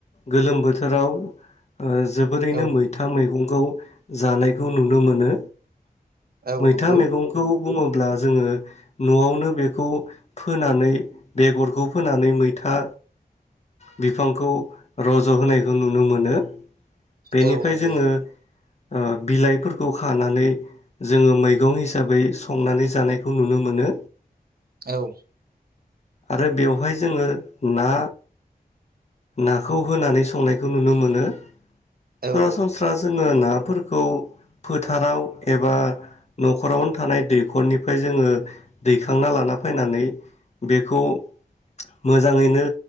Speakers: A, on the left (about 45°); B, on the right (about 70°).
A: गोलोम बोथोर बोथोराव जोबोरैनो
B: औ
A: मैथा मैगं खौ जानायखौ नुनो मोनो।
B: औ
A: मैथा
B: नंगौ
A: मैगंखौ बुङोब ब्ला जोङो न'आवनो बेखौ फोनानै बेगरखौ फोनानै मै था बिफांखौ रज' होनायखौ नुनो मोनो। बेनिफ्राय
B: औ नंगौ
A: जोङो ओ बिलाइफोरखौ खानानै जोङो मैगं हिसाबै संनानै जानायखौ नुनो मोनो।
B: औ
A: आरो बेवहाय जोङो ना नाखौ होनानै संनायखौ नुनो मोनो।
B: औ
A: सरासनस्रा
B: औ
A: ज जोङो नाफोरखौ फोथाराव एबा न'खरावनो थानाय दैखरनिफ्राय जोङो दैखांना लाना फैनानै बेखौ मोजां मोजाङैनो